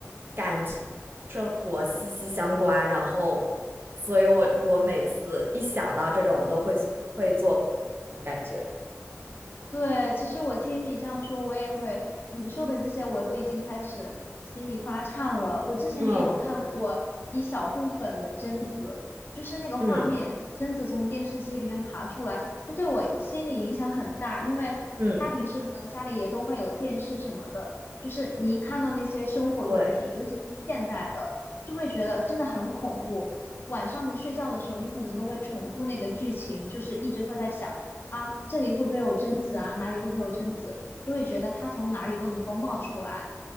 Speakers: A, on the right; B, on the left.
A: 感觉生活息息相关，然后，所以我我每次一想到这种，我都会做会做感觉，
B: 对，其实我听你这样说，我也会，你说的这些我都已经开始心里发颤了。我之前也有看过一小部分的贞子，
A: 嗯，对，
B: 就是那个画面，
A: 嗯
B: 贞子从电视机里面爬出来，这对我心理影响很大，因为大家平时可能家里也都会有电视什么的，
A: 嗯，
B: 就是你一看到那些生活用品，
A: 对，
B: 尤其是现代的，就会觉得真的很恐怖。晚上睡觉的时候，你可能都会重复那个剧情，就是一直会在想。啊，这里会不会有贞子啊？哪里会不会有贞子？就会觉得他从哪里都能够冒出来。